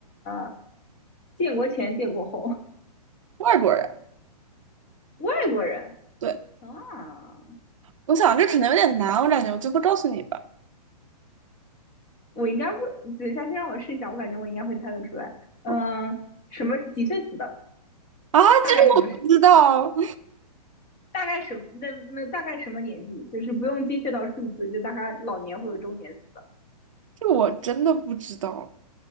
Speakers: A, on the left (about 20°); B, on the right (about 50°).
A: 呃建国前建国后，
B: 外国人。
A: 外国人
B: 对，
A: 啊，
B: 我想这可能有点难，我感觉我最后告诉你吧。
A: 我应该会，等一下先让我试一下，我感觉我应该会猜得出来。嗯、
B: 好吧
A: 呃什么几岁死的？
B: 啊，
A: 大概什么时
B: 这个我不知道，
A: 大概什么那那大概什么年纪？就是不用精确到数字，就大概老年或者中年死的。
B: <laughs> 这个我真的不知道。